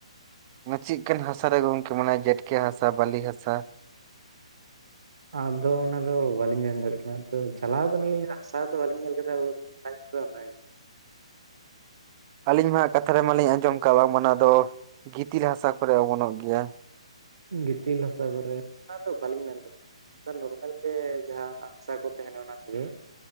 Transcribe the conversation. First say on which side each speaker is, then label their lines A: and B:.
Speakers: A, on the right; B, on the right.
A: ᱪᱮᱫ ᱞᱮᱠᱟᱱ ᱦᱟᱥᱟ ᱨᱮ ᱜᱚᱢᱠᱮ ᱢᱟᱱᱮ ᱡᱟᱴᱠᱮ ᱦᱟᱥᱟ ᱵᱟᱹᱞᱤ ᱦᱟᱥᱟ?
B: ᱟᱫᱚ ᱚᱱᱟᱫᱚ ᱵᱟᱞᱤᱧ ᱢᱮᱱ ᱫᱟᱲᱮᱭᱟᱜ ᱠᱟᱱᱟ ᱛᱚ ᱪᱟᱞᱟᱣ ᱠᱟᱱᱟᱞᱤᱧ ᱦᱟᱥᱟ ᱫᱚ ᱵᱟᱹᱞᱤᱧ ᱧᱮᱞ ᱠᱮᱫᱟ ᱟᱭ ᱫᱚ ᱚᱱᱟᱜᱮ
A: ᱟᱞᱤᱧ ᱢᱟ ᱠᱟᱛᱷᱟ ᱨᱮ ᱢᱟᱞᱤᱧ ᱟᱸᱡᱚᱢ ᱟᱠᱟᱜᱼᱟ ᱚᱱᱟ ᱫᱚ ᱜᱤᱛᱤᱞ ᱦᱟᱥᱟ ᱠᱚᱨᱮ ᱚᱢᱚᱱᱚᱜ ᱜᱮᱭᱟ᱾
B: ᱜᱤᱛᱤᱞ ᱦᱟᱥᱟ ᱠᱚᱨᱮ, ᱚᱱᱟᱫᱚ ᱵᱟᱹᱞᱤᱧ ᱢᱮᱱ ᱫᱟᱲᱮᱭᱟᱜᱼᱟ᱾ ᱱᱚᱨᱢᱟᱞ ᱜᱮ ᱡᱟᱦᱟᱸ ᱦᱥᱟ ᱠᱚ ᱛᱟᱦᱮᱱᱟ ᱚᱱᱟ ᱠᱚᱫᱚ᱾